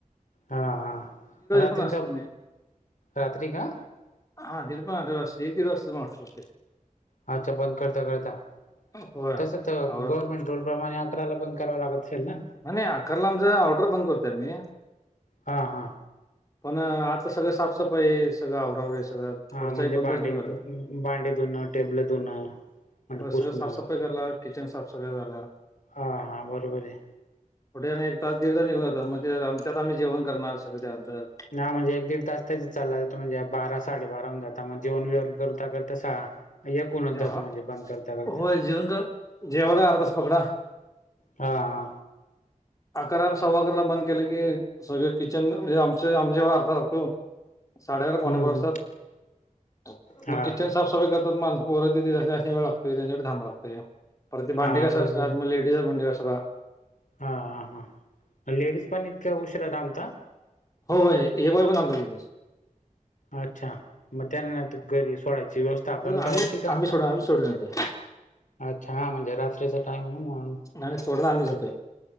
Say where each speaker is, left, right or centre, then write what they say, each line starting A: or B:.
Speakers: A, on the left; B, on the left.
A: हां हां रात्री
B: पण असते
A: त
B: मी
A: रात्री का?
B: हा दीड पर्यंत हॉटेलवर असतोय एक दीड पर्यंत वाजतंय हॉटेल वरती
A: अच्छा बंद करता करता
B: होय
A: तसं गवर्नमेंट
B: आवर
A: रोल प्रमाणे अकराला करायला बंद करावं लागत असेल ना
B: नाही, नाही अकराला आमचं ऑर्डर बंद करतोय आम्ही
A: हा हा
B: पण आतलं सगळं साफसफाई सगळं आवराआवरी सगळं
A: हा
B: पुढचा
A: म्हणजे
B: एक दोन तास निघून जातात
A: भांडे धुण, टेबल धुणं म्हणजे पुसणं
B: सगळं साफसफाई कराला किचन साफ सगळं करायला
A: हां हां बरोबर हाय
B: पुढे आणी एक तास दीड तास निघून जातो म्हणजे त्यात आम्ही जेवण करणार सगळ आणी त्या नंतर.
A: नाही म्हणजे एक दीड तास त्याच्याच चालला जातो म्हणजे बारा साडे बाराहून जात मग जेवण बिवन करता करता सगळा येक होऊन जातो
B: हा
A: म्हणजे बंद करता करता
B: होय जेवण कर जेवायला अर्धा तास पकडा
A: हा हा
B: अकरा सव्वा अकराला बंद केलं की सगळं किचन म्हणजे आमच आमच्या जेवाय अर्धा तास लागतोय ओ साडे अरा पावणे
A: हम्म
B: बारा वाजत्यात
A: हा
B: मग किचन साफसफाई करतात मगं पोर ती त्यांसनी वेळ लागतोय त्याचा साठी थांबाय लागतय परत ते
A: हा
B: भांडी घासत
A: बरोबर
B: असत्यात मग त्या लेडीज भांडी घासायला
A: हा हा हा लेडीज पण इतक्या उशीरा थांबतात
B: हो होय एक वाजेपर्यंत थांबत्यात लेडीज
A: अच्छा मग त्याना घरी सोडायची व्यवस्था आपण करायची
B: आम्ही
A: का?
B: आम्ही सोडा आम्ही सोडून येतोय
A: अच्छा हा म्हणजे रात्रीचा टाइम म्हणून
B: आणि सोडायला आम्ही जातोय